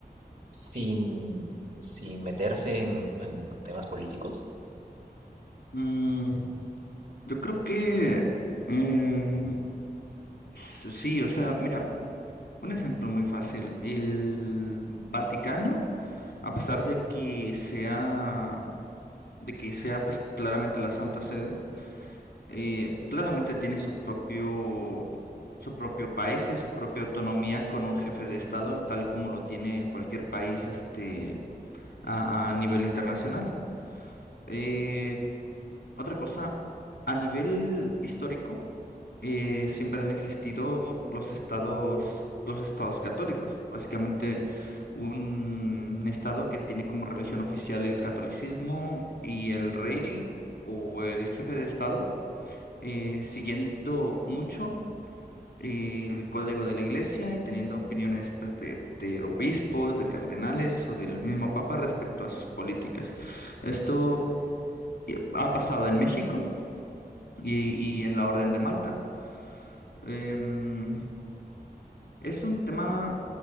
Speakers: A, on the right; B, on the left.
A: sin, sin meterse en, en temas políticos?
B: Mm, yo creo que em, s- sí, o sea, mira, un ejemplo muy fácil. El Vaticano, a pesar de que sea, de que sea pues claramente la Santa Sede, eh, claramente tiene su propio, su propio país y su propia autonomía con un jefe de Estado, tal como lo tiene cualquier país, este a, a nivel internacional. Eh, otra cosa, a nivel histórico, eh, siempre han existido los estados, los estados católicos. Básicamente, un estado que tiene como religión oficial el catolicismo y el rey o el jefe de estado, eh, siguiendo mucho eh, el código de la iglesia y teniendo opiniones pues, de, de obispos, de cardenales o del mismo papa respecto a sus políticas. Esto y ha pasado en México y, y en la Orden de Malta. Em, es un tema